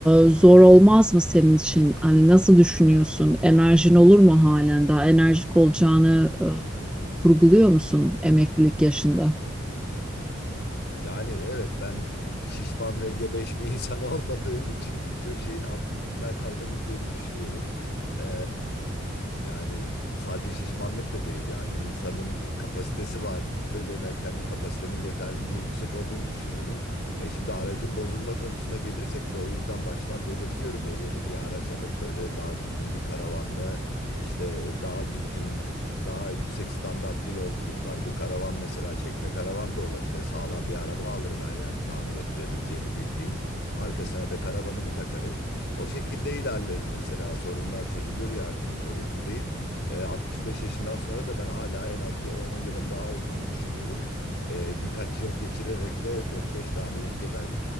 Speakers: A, in the centre; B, on the left.
A: zor olmaz mı senin için? Hani nasıl düşünüyorsun? Enerjin olur mu halen daha? Enerjik olacağını e, kurguluyor musun emeklilik yaşında?
B: Yani evet ben e, şişman ve gebeş bir insan <laughs> olmadığım için birçok şeyin altından kalkabileceğimi düşünüyorum. E, yani sadece şişmanlık da değil yani insanın kapasitesi vardır ve ben kendi kapasitemin yeterince yüksek olduğunu düşünüyorum. E şimdi aracın bozulma konusuna gelirsek de o yüzden baştan belirtiyorum ya yeni bir araç alıp böyle daha düzgün bir karavanla İşte daha düzgün, daha yüksek standartlı yolculuklar. Bu karavan mesela çekme karavan da olabilir. Sağlam bir araba alırım her yerde tamir ettirebileceğimi bildiğim. Arkasına da karavanımı takarım. O şekilde ilerlerim mesela. Sorunlar çözülür yani sorun değil. Ee, 65 yaşından sonra da ben hala en az bir 10 yılım daha olduğunu düşünüyorum. Ee, birkaç yıl geçirerek de 4-5 tane ülke belki